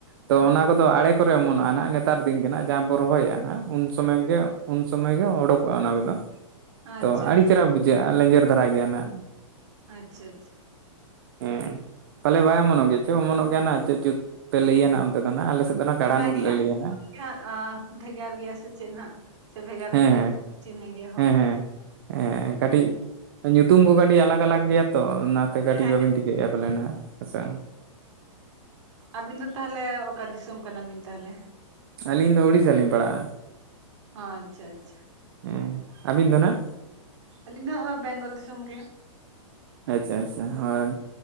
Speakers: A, on the right; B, on the right.
A: ᱛᱚ
B: ᱦᱳᱭ
A: ᱚᱱᱟ ᱠᱚᱫᱚ ᱟᱲᱮ ᱠᱚᱨᱮ ᱚᱢᱚᱱᱚᱜᱼᱟ ᱱᱟᱦᱟᱸᱜ ᱱᱮᱛᱟᱨ ᱫᱤᱱ ᱜᱮ ᱦᱟᱸᱜ ᱡᱟᱦᱟᱸ ᱵᱚ ᱨᱚᱦᱚᱭᱟ ᱱᱟᱦᱟᱸᱜ ᱩᱱ ᱥᱚᱢᱚᱭ ᱜᱮ ᱩᱱ ᱥᱚᱢᱚᱭ ᱜᱮ ᱚᱰᱳᱠᱚᱜᱼᱟ ᱚᱱᱟ ᱠᱚᱫᱚ᱾
B: <unintelligible>
A: ᱛᱚ ᱟᱹᱰᱤ
B: ᱟᱪᱪᱷᱟ
A: ᱪᱮᱦᱨᱟ ᱵᱩᱡᱷᱟᱹᱜᱼᱟ ᱞᱮᱸᱡᱮᱨ ᱫᱷᱟᱨᱟ ᱜᱮᱭᱟ ᱱᱟᱜ᱾
B: ᱟᱪᱪᱷᱟ ᱟᱪᱪᱷᱟ᱾
A: ᱦᱮᱸ ᱯᱟᱞᱮ ᱵᱟᱭ ᱚᱢᱚᱱᱚᱜ ᱜᱮᱪᱚ ᱚᱢᱚᱱᱚᱜ ᱜᱮᱭᱟᱱᱟᱜ ᱪᱮᱫ ᱡᱩᱛ ᱯᱮ ᱞᱟᱹᱭᱟ ᱱᱟᱜ? ᱚᱱᱛᱮ ᱫᱚ ᱱᱟᱸᱜ ᱟᱞᱮ ᱥᱮᱫ ᱫᱚ ᱠᱟᱲᱟ
B: ᱚᱱᱟ
A: ᱱᱩᱞ
B: ᱜᱮ
A: ᱞᱮ
B: ᱦᱟᱸᱜ
A: ᱞᱟᱹᱭᱟ ᱱᱟᱜ
B: <unintelligible> ᱵᱷᱮᱜᱟᱨ ᱜᱮᱭᱟ ᱥᱮ ᱪᱮᱫ ᱦᱟᱸᱜ᱾ ᱥᱮ ᱵᱷᱮᱜᱟᱨ
A: ᱦᱮᱸ
B: ᱵᱷᱮᱜᱟᱨ
A: ᱦᱮᱸ
B: <inaudible> ᱜᱮ ᱦᱚᱭ‌,
A: ᱦᱮᱸ ᱦᱮᱸ ᱦᱮᱸ ᱠᱟᱹᱴᱤᱡ ᱧᱩᱛᱩᱢ ᱠᱚ ᱠᱟᱹᱴᱤᱡ ᱟᱞᱟᱜ ᱟᱞᱟᱜ ᱜᱮᱭᱟ ᱛᱚ ᱚᱱᱟᱛᱮ ᱠᱟᱹᱴᱤᱡ
B: ᱦᱮᱸ
A: ᱵᱟᱹᱵᱤᱱ ᱴᱷᱤᱠᱟᱹᱭᱮᱫᱼᱟ ᱾ <inaudible>
B: ᱟᱵᱤᱱ ᱫᱚ ᱛᱟᱦᱚᱞᱮ ᱚᱠᱟ ᱫᱤᱥᱚᱢ ᱠᱟᱱᱟ ᱵᱤᱱ ᱛᱟᱦᱚᱞᱮ?
A: ᱟᱹᱞᱤᱧ ᱫᱚ ᱳᱲᱤᱥᱥᱟ ᱞᱤᱧ ᱯᱟᱲᱟᱜᱼᱟ ᱾
B: ᱟᱪᱪᱷᱟ ᱟᱪᱪᱷᱟ᱾
A: ᱦᱩᱸ ᱟᱹᱵᱤᱱ ᱫᱚ ᱱᱟᱸᱜ?
B: ᱟᱹᱞᱤᱧ ᱫᱚ ᱦᱚᱸᱜ ᱚᱭ ᱵᱮᱝᱜᱚᱞ ᱫᱤᱥᱚᱢ ᱜᱮ᱾
A: ᱟᱪᱪᱷᱟ ᱟᱪᱪᱷᱟ ᱦᱳᱭ